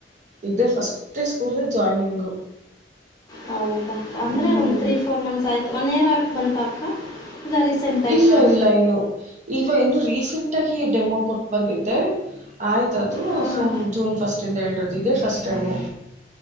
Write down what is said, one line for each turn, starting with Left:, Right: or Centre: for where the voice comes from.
Right: ಇದೆ ಫಸ್ಟ್ ಸ್ಕೂಲ್ ಜಾಯ್ನಿಂಗು
Left: ಹೌದಕ್ಕ ಅಂದ್ರೆ
Right: ಹ್ಮ್
Left: ಒಂದ್ ತ್ರೀ ಫೋರ್ ಮಂತ್ಸ್ ಆಯ್ತು. ಒನ್ ಇಯರ್ ಆಗಕ್ಕೆ ಬಂತ ಅಕ್ಕ ಇಲ್ಲ ರೀಸೆಂಟಾಗಿನಾ
Right: ಇಲ್ಲ ಇಲ್ಲ ಇನ್ನು ಈವ ಇನ್ನು ರೀಸ ಸಿಂಟಾಗಿ ಡೆಮೋ ಕೊಟ್ ಬಂದಿದ್ದೆ ಆಯ್ತದು
Left: ಹ್ಮ್
Right: ಸೊ ಜೂನ್ ಫಸ್ಟ್ ಇಂದ ಎರಡ್ ಇದೆ ಫಸ್ಟ್ ಟೈಮು